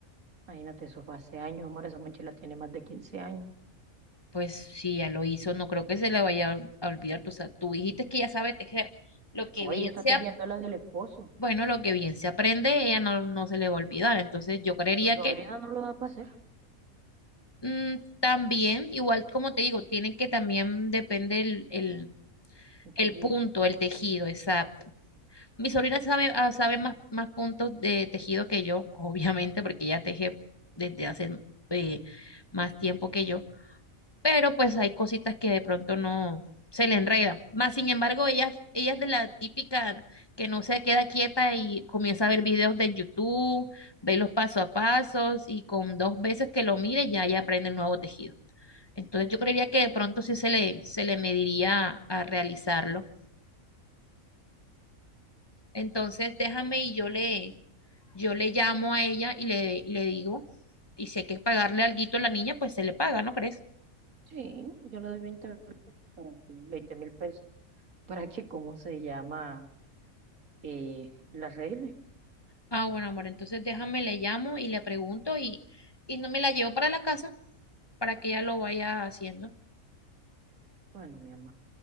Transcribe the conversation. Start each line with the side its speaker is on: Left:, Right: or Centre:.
Right: imagínate, eso fue hace años, amor, esa mochila tiene más de 15 años.
Left: Pues si ya lo hizo, no creo que se le vaya a a olvidar. Tú, sa- tú dijiste que ya sabe tejer. Lo que
Right: No,
Left: bien
Right: ella está
Left: se,
Right: tejiendo
Left: ap-
Right: la del esposo
Left: bueno, lo que bien se aprende, ella no, no se le va a olvidar. Entonces yo creería
Right: y tu sobrina
Left: que
Right: no lo da para hacer
Left: mm, también, igual como te digo, tiene que también depende el, el,
Right: un
Left: el
Right: tejido.
Left: punto, el tejido, exacto. Mi sobrina sabe, ah, sabe más, más puntos de tejido que yo, <laughs> obviamente, porque ella teje desde hace eh, más tiempo que yo. pero pues hay cositas que de pronto no se le enredan. Más sin embargo, ella, ella es de la típica que no se queda quieta y comienza a ver videos de YouTube, ve los paso a pasos y con dos veces que lo mire ya, ya aprende el nuevo tejido. Entonces yo creería que de pronto sí se le, se le mediría a realizarlo. Entonces déjame y yo le, yo le llamo a ella y le, y le digo, y si hay que pagarle alguito a la niña, pues se le paga, ¿no crees?
Right: Sí, yo le doy 20 euros para que, veinte mil pesos para que, ¿cómo se llama? Eh, la arregle.
Left: Ah, bueno, amor, entonces déjame, le llamo y le pregunto y, y no me la llevo para la casa para que ella lo vaya haciendo.
Right: Bueno, mi amor.